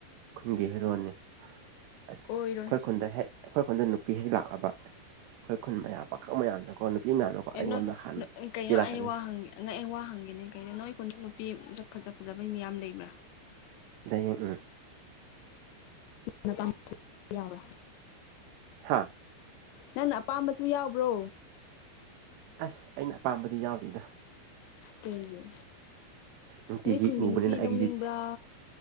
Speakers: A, on the right; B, on the left.
A: ꯈꯨꯟꯒꯤ ꯍꯦꯔꯣꯟꯅꯦ ꯑꯁ
B: ꯑꯣꯏꯔꯣꯏ
A: ꯑꯩꯈꯣꯏ ꯈꯨꯟꯗ ꯍꯦꯛ ꯑꯩꯈꯣꯏ ꯈꯨꯟꯗ ꯅꯨꯄꯤ ꯍꯩ ꯂꯥꯛꯂꯕ ꯑꯩꯈꯣꯏ ꯈꯨꯟ ꯃꯌꯥꯝ ꯄꯥꯈꯛ ꯃꯌꯥꯝꯅꯀꯣ ꯃꯌꯥꯝꯅꯀꯣ ꯑꯩꯉꯣꯟꯗ
B: ꯑꯦ ꯅꯣꯏ
A: ꯍꯥꯟꯅ
B: ꯀꯩꯅꯣ
A: ꯄꯤꯔꯛꯀꯅꯤ
B: ꯑꯩ ꯋꯥꯪꯦ ꯅ ꯑꯩ ꯋꯥ ꯍꯪꯈꯤꯦꯅꯦ ꯀꯩꯅꯣ ꯅꯣꯏ ꯑꯩꯈꯣꯟꯗ ꯅꯨꯄꯤ ꯐꯖ ꯐꯖꯕꯩ ꯃꯌꯥꯝ ꯂꯩꯕ꯭ꯔꯥ
A: ꯂꯩꯌꯦꯡ ꯎꯝ
B: ꯅꯥ ꯌꯥꯎ꯭ꯔꯥ
A: ꯍꯥꯥ
B: ꯅꯪꯅ ꯑꯄꯥꯝꯕꯁꯨ ꯌꯥꯎꯕ꯭ꯔꯣ
A: ꯑꯁ ꯑꯩꯅ ꯑꯄꯥꯝꯕꯗꯤ ꯌꯥꯎꯗꯗ
B: ꯀꯩꯒꯤ
A: ꯅꯨꯡꯇꯤꯒꯤ
B: ꯅꯣꯏ ꯈꯨꯟꯒꯤ
A: ꯎꯕꯅꯤꯅ
B: ꯅꯨꯄꯤ
A: ꯑꯩꯒꯤꯗꯤ
B: ꯂꯧꯅꯤꯡꯕ꯭ꯔꯥ